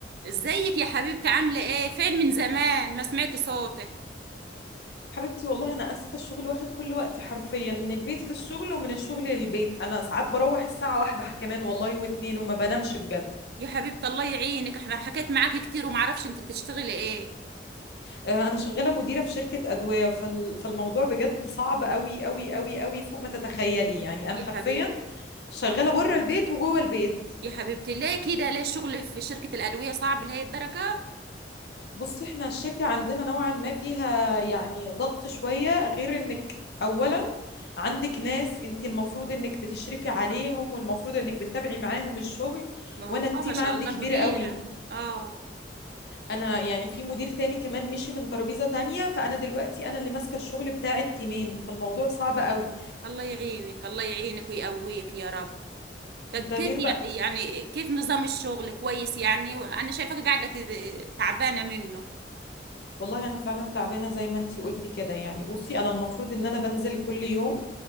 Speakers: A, on the right; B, on the left.
A: ازيك يا حبيبتي عاملة ايه فين من زمان ما سمعت صوتك
B: حبيبتي والله انا اسفه الشغل واخد كل وقتي حرفيا من البيت للشغل ومن الشغل للبيت انا ساعات بروح الساعه واحدة كمان والله واتنين وما بنامش بجد
A: يا حبيبتي الله يعينك احنا حكيت معاكي كتير ومعرفش انت بتشتغلي ايه
B: آه، انا شغاله مديره في شركه ادويه فال... فالموضوع بجد صعب قوي قوي قوي قوي فوق ما تتخيلي يعني انا
A: يا
B: حرفيا
A: حبيبتي
B: شغاله
A: الله
B: بره البيت وجوه البيت
A: يا حبيبتي ليه كده ليه الشغل في شركة الأدوية صعب لهي الدرجة
B: بصي احنا الشركة عندنا نوعا ما فيها يعني ضغط شوية غير انك اولا عندك ناس انت المفروض انك بتشرفي عليهم والمفروض انك بتتابعي معاهم الشغل
A: ما هو
B: وانا التيم
A: اه ما شاء
B: عندي
A: الله
B: كبير
A: مديرة
B: قوي
A: اه
B: انا يعني في مدير تاني كمان مشي من ترابيزة تانية فانا دلوقتي انا اللي ماسكة الشغل بتاع التيمين فالموضوع صعب قوي
A: الله يعينك الله يعينك ويقويك يا رب طب
B: ده
A: كيف
B: غير
A: يع-
B: بقى
A: يعني كيف نظام الشغل كويس يعني انا شايفاك قاعدة ت- تعبانة منه
B: والله انا فعلا تعبانه زي ما انتي قلتي كده يعني بصي انا المفروض ان انا بنزل كل يوم